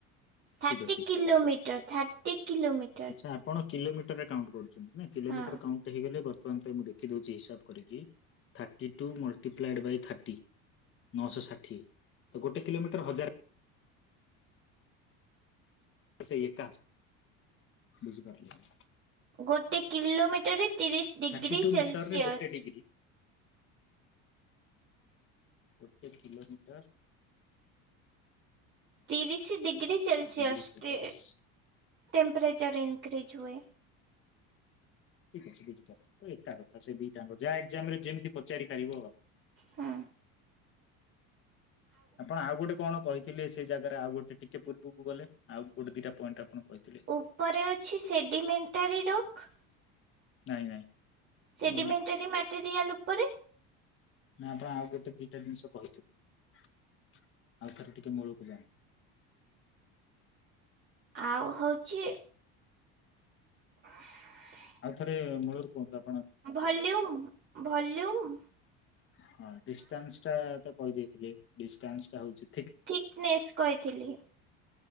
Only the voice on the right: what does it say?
ଥାର୍ଟି
କିଲୋମିଟର ଥାର୍ଟି କିଲୋମି
ହଁ
ଗୋଟେ କିଲୋମିଟରରେ ତିରିଶ୍ ଡିଗ୍ରୀ
ସେଲସିଅସ୍।
ତିରିଶ ଡିଗ୍ରୀ ସେଲସିଅସ୍
ଟି ଟେମ୍ପରେଚର୍ ଇନ୍ କ୍ରିଜ୍ ହୁଏ।
ହୁଁ
ଉପରେ ଅଛି ସେଡ଼ିମେଣ୍ଟାରୀ ରୋକ୍
ସେଡିମେଣ୍ଟାରୀ
ମେଟେରିଆଲ ଉପରେ
ଆଉ ହଉଚି <unintelligible>
ଭଲ୍ୟୁମ- ଭଲ୍ୟୁମ୍।
ଥିକ୍ ନେସ୍ କହିଥିଲି।